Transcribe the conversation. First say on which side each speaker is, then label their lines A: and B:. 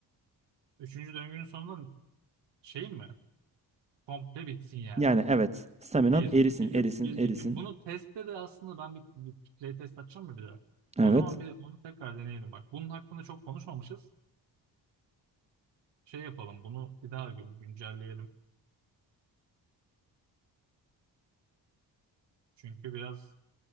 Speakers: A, on the right; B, on the right.
A: üçüncü döngünün sonunda şey mi? Komple bitsin yani.
B: Yani evet. Staminan
A: Bir,
B: erisin,
A: iki, üç,
B: erisin,
A: bir,
B: erisin.
A: iki, üç. Bunu testte de aslında ben bir, bir playtest açacağım mı bir daha?
B: Evet.
A: O zaman bir onu tekrar deneyelim bak. Bunun hakkında çok konuşmamışız. Şey yapalım bunu bir daha gün- güncelleyelim. Çünkü biraz